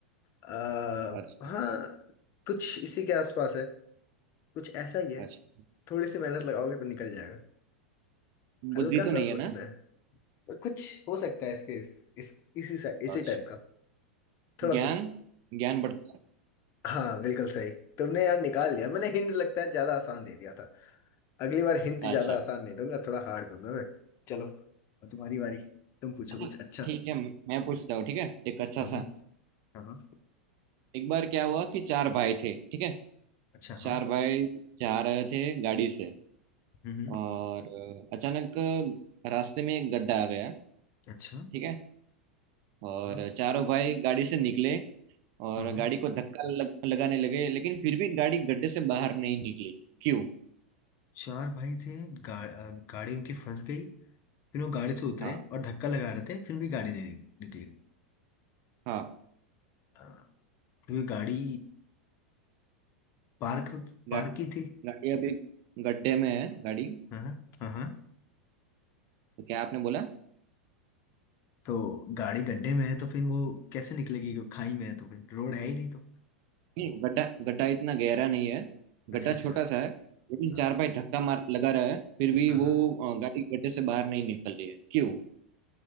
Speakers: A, on the left; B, on the right.
A: आ,
B: अच्छा
A: हाँ कुछ इसी के आसपास है कुछ ऐसा ही है
B: अच्छा
A: थोड़ी सी मेहनत लगाओगे तो निकल जाएगा
B: बुद्धि
A: हल्का
B: तो नहीं
A: सा सोचना
B: है ना
A: है कुछ हो सकता है इसके इस, इस इसी सा, इसी
B: अच्छा
A: टाइप का थोड़ा
B: ज्ञान
A: सा
B: ज्ञान बढ़ता
A: हाँ बिल्कुल सही तुमने यार निकाल लिया मैंने हिंट लगता है ज्यादा आसान दे दिया था अगली बार हिंट
B: है।
A: ज्यादा
B: अच्छा
A: आसान नहीं दूंगा थोड़ा हार्ड दूंगा मैं चलो अब तुम्हारी बारी तुम पूछो
B: अच्छा
A: कुछ अच्छा
B: ठीक है मैं पूछता हूँ ठीक है एक अच्छा
A: हम्म
B: सा
A: हाँ हाँ
B: एक बार क्या हुआ कि चार भाई थे ठीक है
A: अच्छा हाँ
B: चार भाई जा रहे थे गाड़ी से
A: हम्म
B: और अ, अचानक रास्ते में एक गड्ढा आ गया
A: अच्छा
B: ठीक है और
A: हाँ
B: चारों भाई गाड़ी से निकले और
A: हाँ हाँ
B: गाड़ी को धक्का लग, लगाने लगे लेकिन फिर भी गाड़ी गड्ढे से बाहर नहीं निकली क्यों
A: चार भाई थे गा, अ, गाड़ी उनकी फंस गई फिर वो गाड़ी से उतरे
B: हाँ
A: और धक्का लगा रहे थे फिर भी गाड़ी नहीं निकली
B: हाँ
A: हाँ, क्योंकि गाड़ी पार्क
B: गाड़ी
A: पार्क की थी
B: गाड़ी अभी गड्ढे में है गाड़ी
A: हाँ हाँ हाँ
B: तो क्या आपने बोला
A: तो गाड़ी गड्ढे में है तो फिर वो कैसे निकलेगी क्यों- खाई में है तो फिर रोड है ही नहीं तो
B: नहीं गड्ढा गड्ढा इतना गहरा नहीं है
A: अच्छा
B: गड्ढा
A: अच्छा
B: छोटा सा है लेकिन
A: हाँ
B: चार भाई धक्का मार लगा रहा है फिर भी
A: हाँ हाँ
B: वो अ, गाड़ी गड्ढे से बाहर नहीं निकल रही है क्यों